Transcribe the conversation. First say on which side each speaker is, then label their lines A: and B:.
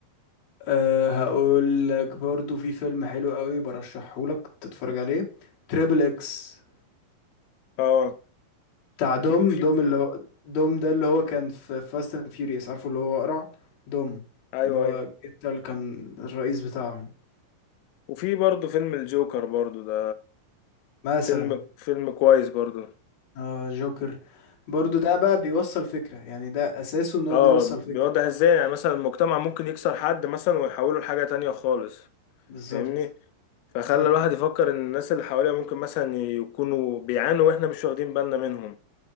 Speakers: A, on the left; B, on the left.
A: أه هقول لك برضه في فيلم حلو قوي برشحه لك تتفرج عليه تريبل اكس
B: اه
A: بتاع دوم
B: في في
A: دوم اللي هو دوم ده اللي هو كان في فاست اند فيوريوس عارفه اللي هو قرع دوم
B: ايوه
A: اللي هو
B: ايوه
A: الجتة اللي كان الرئيس بتاعهم
B: وفي برضو فيلم الجوكر برضو ده
A: مثلا
B: فيلم فيلم كويس برضو
A: اه جوكر برضه ده بقى بيوصل فكرة يعني ده اساسه ان هو
B: اه
A: بيوصل فكرة
B: بيوضح ازاي يعني مثلا المجتمع ممكن يكسر حد مثلا ويحوله لحاجة تانية خالص
A: بالظبط
B: فاهمني فخلى
A: صح
B: الواحد يفكر ان الناس اللي حواليه ممكن مثلا يكونوا بيعانوا واحنا مش واخدين بالنا منهم